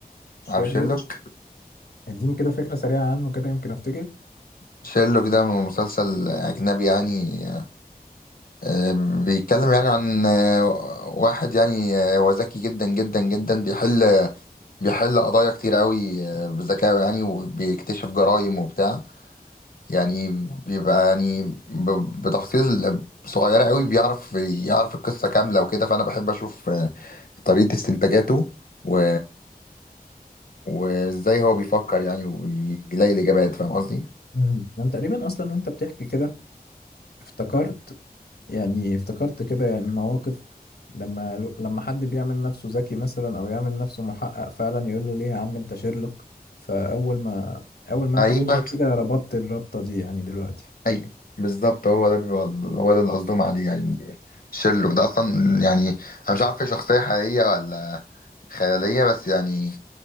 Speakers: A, on the left; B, on the left.
A: شيرلوك
B: عارف شيرلوك
A: اديني كده فكره سريعه عنه كده يمكن افتكر
B: شيرلوك ده مسلسل اجنبي يعني آه، بيتكلم يعني عن آه، واحد يعني آه، هو ذكي جدا جدا جدا بيحل بيحل قضايا كتير قوي آه، بذكائه يعني وبيكتشف جرائم وبتاع يعني بيبقى يعني ب- بتفاصيل صغيرة قوي بيعرف يعرف القصة كاملة وكده فأنا بحب أشوف آه، طريقة استنتاجاته و وازاي هو بيفكر يعني وبيلاقي الاجابات فاهم قصدي
A: امم انا تقريبا اصلا وانت بتحكي كده افتكرت يعني افتكرت كده يعني مواقف لما لما حد بيعمل نفسه ذكي مثلا او يعمل نفسه محقق فعلا يقول له ليه يا عم انت شيرلوك فاول ما اول ما انت
B: ايوه
A: حكيت كده ربطت الربطه دي يعني دلوقتي
B: ايوه بالظبط هو ده بيبقى هو ده اللي قصدهم عليه يعني شيرلوك ده اصلا يعني انا مش عارف هي شخصيه حقيقيه ولا خياليه بس يعني